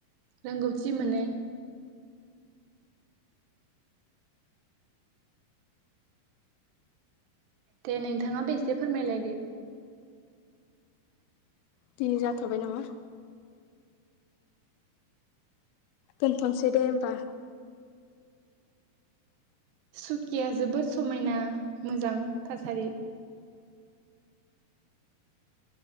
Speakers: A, on the right; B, on the left.
A: रोंगौथि मोनो। दे नोंथाङाबो एसे फोरमायलायदो?
B: दिनि जाथबाय नामा? दोनथसै दे होमबा।
A: सुकिया जोबोद समायना मोजां थासारि